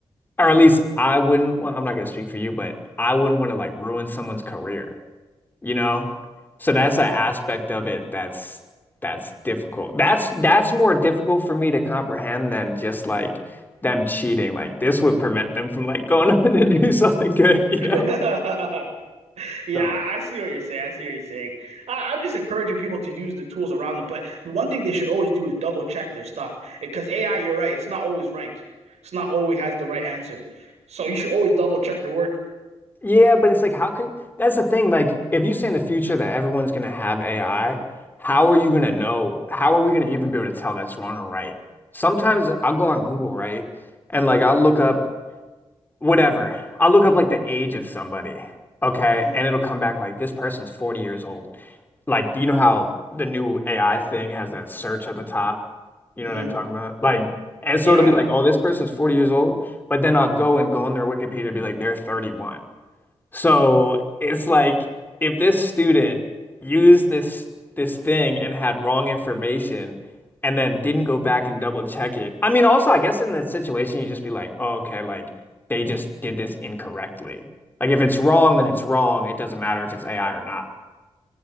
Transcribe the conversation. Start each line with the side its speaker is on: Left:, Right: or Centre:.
Left: or at least I wouldn't want. I'm not going to speak for you, but I wouldn't want to like ruin someone's career you know? So that's
Right: mhm.
Left: an aspect of it that's that's difficult. That's that's more difficult for me to comprehend than just like them cheating. Like this would prevent them from like going <laughs> up to do something good, you
Right: <laughs>
Left: know?
Right: Yeah,
Left: So
Right: I I see what you're saying. I see what you're saying. I, I'm just encouraging people to use the tools around them, but the one thing they should always do is double check their stuff because AI, you're right, it's not always right. It's not always has the right answer. So you should always double check your work.
Left: yeah, but it's like how can that's the thing. Like if you say in the future that everyone's gonna have AI, how are you gonna know? How are we gonna even be able to tell that's wrong or right? Sometimes I'll go on Google, right? And
Right: Mhm,
Left: like I'll look up whatever. I'll look up like the age of somebody, okay?
Right: mhm,
Left: And it'll come back like this person's 40 years old. Like, do you know how the new AI thing has that search at the top? You
Right: mhm.
Left: know what I'm talking about? Like, and so
Right: Yeah.
Left: it'll be like, oh, this person's 40 years old, but then I'll go and go on their Wikipedia and be like, they're 31. So it's like if this student used this this thing and had wrong information and then didn't go back and double check it. I mean, also I guess in that situation you just be like, oh, okay, like they just did this incorrectly. Like if it's
Right: mhm.
Left: wrong, then it's wrong. It doesn't matter if it's AI or not.